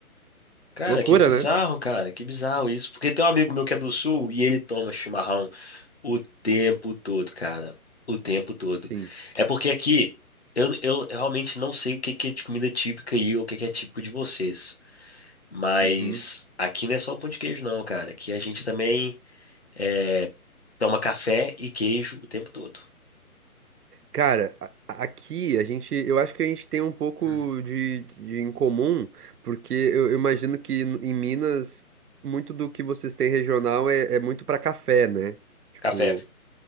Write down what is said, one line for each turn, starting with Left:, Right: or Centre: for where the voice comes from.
Left: cara,
Right: Loucura,
Left: que bizarro,
Right: né?
Left: cara, que bizarro isso. Porque tem um amigo meu que é do sul e ele toma chimarrão o tempo todo, cara. O tempo todo.
Right: Sim.
Left: É porque aqui eu, eu realmente não sei o que que é de comida típica aí ou o que que é típico de vocês. Mas
Right: Uhum.
Left: aqui não é só o pão de queijo, não, cara. Aqui a gente também. é, Toma café e queijo o tempo todo.
Right: Cara, a- a- aqui a gente, eu acho que a gente tem um pouco
Left: Uhum.
Right: de, de em comum, porque eu, eu imagino que n- em Minas, muito do que vocês têm regional é, é muito pra café, né? Tipo.
Left: Café,